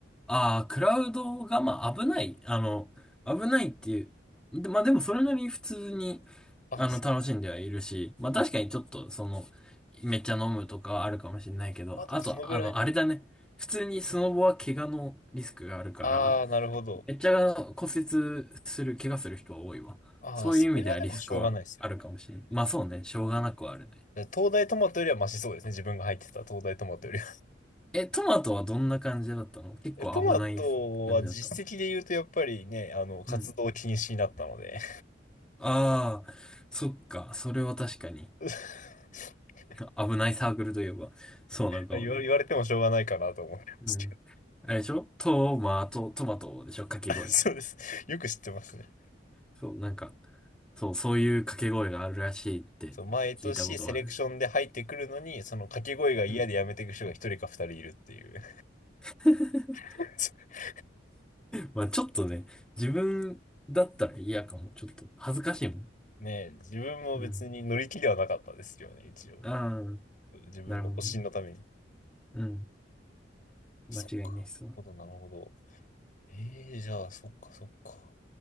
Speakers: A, in the centre; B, on the left.
A: ああ、クラウドが、まあ、危ない。あの、危ないっていう。で、まあ、でもそれなりに普通に、
B: あ、
A: あの、
B: そう、
A: 楽しんではいるし、まあ確かにちょっと、
B: あ、
A: その、めっちゃ飲むとかはあるかもしれないけど、
B: あ、でもそのぐらいの。
A: あと、あの、あれだね。普通にスノボは怪我のリスクがあるから、
B: ああ、なるほど。
A: めっちゃ骨折する、怪我する人は多いわ。
B: ああ、
A: そういう意味ではリスクはあるかもしれない。
B: それはでもしょうがないですよね。
A: まあそうね、しょうがなくはあるね。
B: 東大トマトよりはマシそうですね。自分が入ってた東大トマトよりは。
A: え、トマトはどんな感じだったの結構危ない感じだったの
B: <laughs> いやトマトは実績で言うと、やっぱりね、あの、活動禁止になったので
A: うん。ああ、そっか、それは確かに。
B: <laughs>
A: 危ないサークルといえば、そうなのかもね。
B: 言わ、言われてもしょうがないかなと思ってますけど。
A: うん。あれでしょトマト、トマトでしょ掛け声。
B: <laughs> そうです。よく知ってますね。
A: そう、なんか、そう、そういう掛け声があるらしいって聞いたことはある。
B: そう、毎年セレクションで入ってくるのに、その掛け声が嫌でやめていく人が一人か二人いるっていう。
A: うん。<laughs>
B: <laughs>
A: まあちょっとね、自分だったら嫌かも。ちょっと恥ずかしいもん。
B: ねえ、自分も別に乗り気ではなかったですよね、
A: うん。
B: 一応。
A: ああ、
B: 自分の保身のために。
A: なるほどね。うん。
B: そっか。
A: 間違いないそう。
B: なるほど、なるほど。ええじゃあ、そっか、そっか。